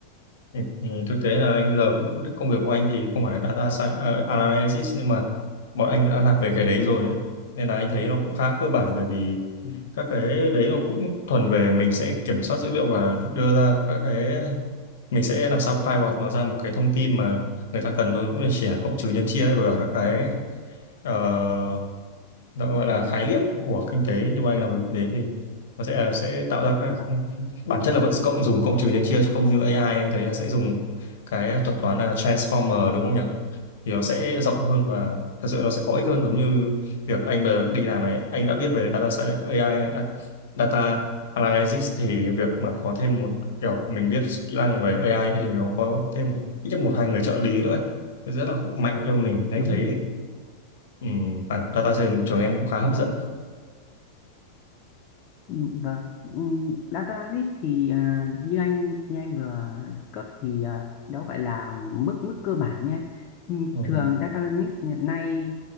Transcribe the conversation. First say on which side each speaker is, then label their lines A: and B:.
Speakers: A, on the left (about 60°); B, on the left (about 35°).
A: ừ. ừ, thực tế là anh giờ cũng công việc của anh thì không phải data sci- ờ, analysis nhưng mà bọn anh đã làm về cái đấy rồi ấy. Nên là anh thấy nó cũng khá cơ bản bởi vì
B: ừ.
A: các cái đấy nó cũng thuần về mình sẽ kiểm soát dữ liệu và đưa ra các cái mình sẽ làm sao pivot nó ra một cái thông tin mà người ta cần thôi cũng là chỉ là cộng trừ nhân chia ấy, và các cái ờ, nó gọi là khái niệm của kinh tế như anh làm về kinh tế thì nó sẽ sẽ tạo ra các
B: vâng
A: bản chất là vẫn cộng dùng cộng trừ nhân chia chứ không như AI anh thấy là sẽ dùng cái thuật toán là transformer đúng không nhỉ thì nó sẽ rộng hơn và thật sự nó sẽ có ích hơn giống như việc anh bờ- đi làm này anh đã biết về data sci- AI à, data analysis thì việc mà có thêm một kiểu mình biết kỹ năng về AI nữa thì nó có thêm một ít nhất một hai người trợ lý nữa ấy. Nó rất là hữu mạnh cho mình Nên anh
B: đúng
A: thấy
B: đấy.
A: ừm, bản data science trường em cũng khá hấp
B: Vâng.
A: dẫn
B: Ừ, Vâng, Ừ, data list thì à, như anh như anh vừa cấp thì à, đó gọi là mức mức cơ bản nhé. Ừ,
A: ừ.
B: Thường data list hiện nay